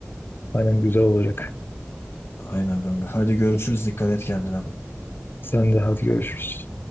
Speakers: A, on the left; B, on the left.
A: Aynen güzel olacak.
B: Aynen kanka hadi görüşürüz dikkat et kendine.
A: Sen de hadi görüşürüz.